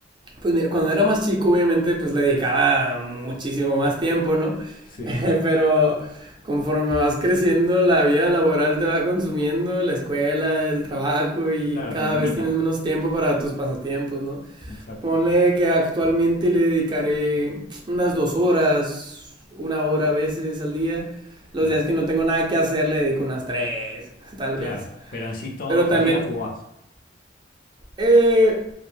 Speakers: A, on the right (about 25°); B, on the left (about 50°).
A: Pues mira, cuando era más chico, obviamente, pues le dedicaba muchísimo más tiempo, ¿no?
B: Sí,
A: <laughs> Pero conforme vas creciendo, la vida laboral te va consumiendo, la escuela, el trabajo y
B: claro,
A: cada
B: te limita.
A: vez tienes menos tiempo para tus pasatiempos, ¿no?
B: Exacto.
A: Ponle que actualmente le dedicaré unas dos horas, una hora a veces al día.
B: Claro,
A: Los días que no tengo nada que hacer le dedico unas tres, <laughs> tal
B: claro.
A: vez.
B: Pero en sí todos
A: Pero
B: los
A: también
B: días jugás.
A: eh,